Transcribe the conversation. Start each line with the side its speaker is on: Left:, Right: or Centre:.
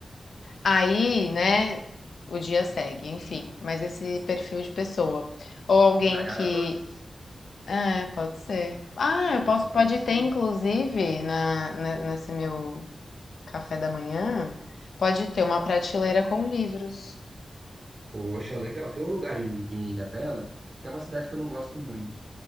Left: Aí, né, o dia segue, enfim, mas esse perfil de pessoa ou alguém
Right: Nayara
Left: que
Right: Bucks,
Left: É, pode ser. Ah, eu
Right: alguma
Left: posso,
Right: coisa
Left: pode
Right: assim.
Left: ter, inclusive, na, ne- nesse meu café da manhã, pode ter uma prateleira com livros.
Right: Poxa, legal. Tem um lugar em, em Ilha Bela que é uma cidade que eu não gosto muito,